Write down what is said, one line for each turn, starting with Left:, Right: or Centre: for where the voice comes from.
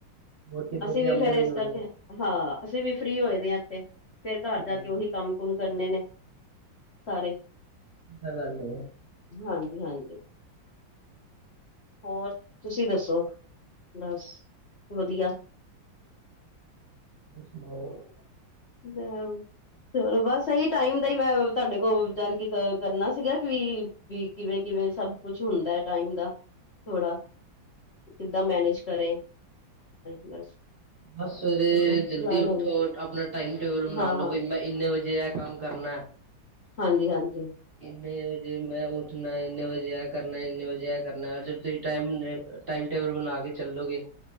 Right: ਹੋਰ ਕਿੱਧਰ
Left: ਅਸੀਂ
Right: ਦੇ
Left: ਵੀ
Right: ਆਉਂਦੇ
Left: ਫੇਰ ਇਸ
Right: ਨੀ ਮਜ਼ੇ
Left: ਕਰਕੇ ਹਾਂ ਅਸੀਂ ਵੀ ਫਰੀ ਹੋਏ ਦੇ ਹਾਂ ਇੱਥੇ ਫੇਰ ਘਰ
Right: ਹੂੰ,
Left: ਜਾ ਕੇ ਉਹੀ ਕੰਮ ਕੁਮ ਕਰਨੇ ਨੇ ਸਾਰੇ
Right: ਐ ਤਾਂ ਗੱਲ ਏ।
Left: ਹਾਂਜੀ ਹਾਂਜੀ। ਹੋਰ ਤੁਸੀਂ ਦੱਸੋ। ਬਸ ਵਧੀਆ।
Right: <unintelligible>
Left: <unintelligible> ਚਲੋ ਬਸ ਇਹੀ ਟਾਈਮ ਦਾ ਹੀ ਮੈਂ ਤੁਹਾਡੇ ਕੋਲ ਜਾ ਕੇ ਕਰਨਾ ਸੀਗਾ ਕਿ ਵੀ ਕਿਵੇਂ ਕਿਵੇਂ ਸਭ ਕੁਛ ਹੁੰਦਾ ਹੈ ਟਾਈਮ ਦਾ ਥੋੜਾ ਕਿੱਦਾਂ ਮੈਨੇਜ ਕਰੇ ਬਸ।
Right: ਬਸ ਸਵੇਰੇ
Left: ਥੋੜਾ ਸਲਾਹ
Right: ਜਲਦੀ ਉੱਠੋ
Left: ਲੈਣੀ
Right: ਆਪਣਾ ਟਾਈਮ ਟੇਬਲ ਬਣਾ
Left: ਹਾਂ
Right: ਲੋ
Left: ਹਾਂ
Right: ਬਈ ਮੈਂ ਇੰਨੇ ਵਜੇ ਆ ਕੰਮ ਕਰਨਾ।
Left: ਹਾਂਜੀ ਹਾਂਜੀ।
Right: ਇੰਨੇ ਵਜੇ ਮੈਂ ਉੱਠਣਾ ਇੰਨੇ ਵਜੇ ਆ ਕਰਨਾ ਇੰਨੇ ਵਜੇ ਇਹ ਕਰਨਾ। ਤੁਸੀਂ ਟਾਈਮ ਟਾਈਮ ਟੇਬਲ ਬਣਾ ਕੇ ਚੱਲੋਗੇ।